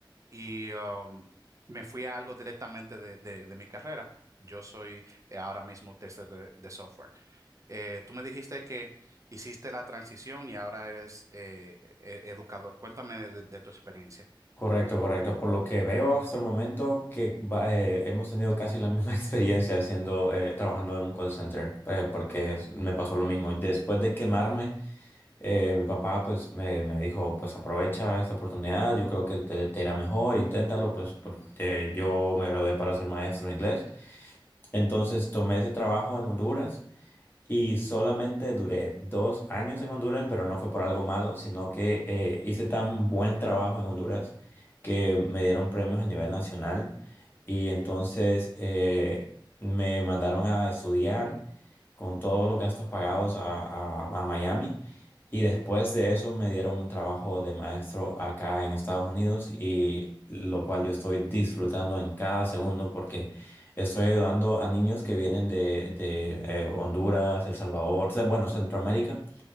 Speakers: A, on the right (about 40°); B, on the left (about 25°).
A: y um, me fui a algo directamente de, de- de mi carrera. Yo soy eh, ahora mismo tester de, de software. Eh, tú me dijiste que hiciste la transición y ahora eres eh, e- educador. Cuéntame de, de tu experiencia.
B: Correcto, correcto. Por lo que veo hasta el momento que va- eh, hemos tenido casi la misma <laughs> experiencia haciendo, eh, trabajando en un call center, eh, porque es- me pasó lo mismo. Después de quemarme, eh, mi papá pues me, me dijo, pues aprovecha esta oportunidad, yo creo que te, te irá mejor, inténtalo, pues porque yo me gradué para ser maestro de inglés. Entonces tomé ese trabajo en Honduras. Y solamente duré dos años en Honduras, pero no fue por algo malo, sino que eh, hice tan buen trabajo en Honduras que me dieron premios a nivel nacional y entonces eh, me mandaron a estudiar con todos los gastos pagados a, a a Miami y después de eso me dieron un trabajo de maestro acá en Estados Unidos y lo cual yo estoy disfrutando en cada segundo porque Estoy ayudando a niños que vienen de, de, eh, Honduras, El Salvador, o sea, bueno, Centroamérica,